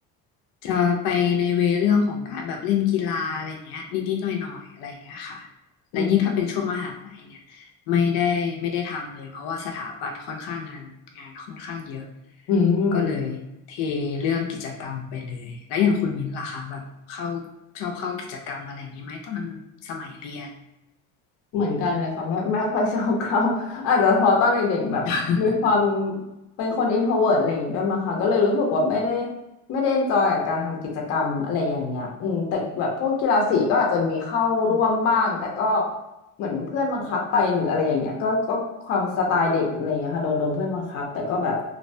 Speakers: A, on the left; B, on the left.
A: จะไปในเวเรื่องของการแบบเล่นกีฬาอะไรเงี้ยนิดๆหน่อยๆอะไรเงี้ยค่ะและยิ่งถ้าเป็นช่วงมหาลัยเนี่ย
B: อืม
A: ไม่ได้ไม่ได้ทำเลยเพราะว่าสถาปัตย์ค่อนข้างงานงานค่อนข้างเยอะ
B: อืม
A: ก็เลยเทเรื่องกิจกรรมไปเลยแล้วอย่างคุณมิ้นท์ล่ะคะแบบเข้าชอบเข้ากิจกรรมอะไรอย่างนี้ไหมตอนสมัยเรียน
B: เหมือนกันเลยค่ะไม่ไม่ค่อยชอบเข้า <laughs> อาจจะเพอตอนเด็กๆแบบมีความ
A: <laughs>
B: เป็นคนอินโทรเวิร์ตอะไรอย่างงี้ด้วยมั้งคะก็เลยรู้สึกว่าไม่ได้ไม่ได้เอนจอยกับการทำกิจกรรมอะไรอย่างเงี้ยอืมแต่แบบพวกกีฬาสีก็อาจจะมีเข้าร่วมบ้างแต่ก็
A: อืม
B: เหมือนเพื่อนบังคับไปหรืออะไรอย่างเงี้ยก็ก็ความสไตล์เด็กอะไรอย่างเงี้ยค่ะโดนโดนเพื่อนบังคับแต่ก็แบบ